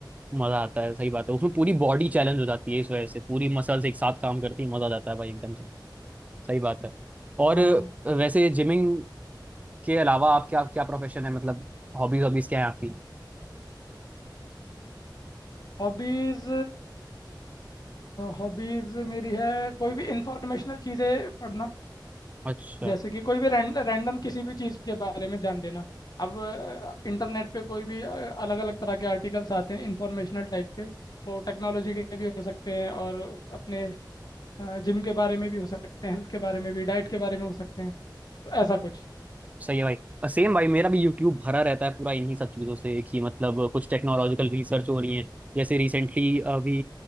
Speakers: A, on the right; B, on the left.
A: मजा आता है सही बात है उसमें पूरी बॉडी चैलेंज हो जाती है इस वजह से पूरी मसल्स एक साथ काम करती है मजा आ जाता है भाई एकदम से सही बात है और
B: हाँ
A: वैसे जिमिंग के अलावा आप क्या क्या प्रोफेशन है मतलब हॉबीज हॉबीज क्या है आपकी
B: हॉबीज हॉबीज मेरी है कोई भी इंफॉर्मेशनल चीज़ें पढ़ना
A: अच्छा
B: जैसे कि कोई भी रैंडम किसी भी चीज़ के बारे में जान लेना अब इंटरनेट पे कोई भी अलग अलग तरह के आर्टिकल्स आते हैं इंफॉर्मेशनल टाइप के वो टेक्नोलॉजी के भी हो सकते हैं और अपने जिम के बारे में भी हो सकते हैं हेल्थ के बारे में भी डाइट के बारे में हो सकते हैं तो ऐसा कुछ
A: सही है भाई और सेम भाई मेरा भी यूट्यूब भरा रहता है पूरा इन्हीं सब चीज़ों से कि मतलब कुछ टेक्नोलॉजिकल रिसर्च हो रही है जैसे रिसेंटली अभी